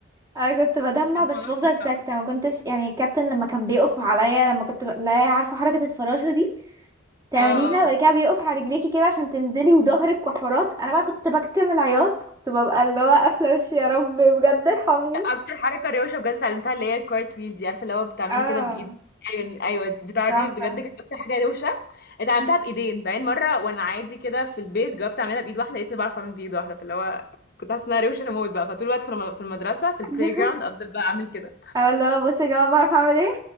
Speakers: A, on the right; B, on the left.
A: انا كنت بدمع
B: <laughs> الموضوع
A: بس بفضل
B: كان
A: ساكته
B: صعب
A: ما كنتش يعني الكابتن لما كان بيقف عليا لما كنت ب... لا عارفه حركه الفراشه دي تعمليها
B: اه اه
A: وبعد كده بيقف على رجليكي كده عشان تنزلي وظهرك وحورات انا بقى كنت بكتم العياط كنت ببقى اللي هو قافله وشي يا رب بجد ارحمني
B: اكتر حركه روشه بجد اتعلمتها اللي هي الكارت ويل دي عارفه اللي هو بتعملي
A: اه
B: كده بايد ايوه ايوه بتاع
A: تحفه
B: دي بجد كانت اكتر حاجه روشه اتعلمتها بايدين بعدين مره وانا عادي كده في البيت جربت اعملها بايد واحده لقيتني بعرف اعمل بايد واحده فاللي هو كنت حاسه انها روشه موت بقى فطول الوقت في الم- في المدرسه في البلاي
A: <laughs>
B: جراوند افضل بقى اعمل كده
A: اه اللي هو بصي يا جماعه بعرف اعمل ايه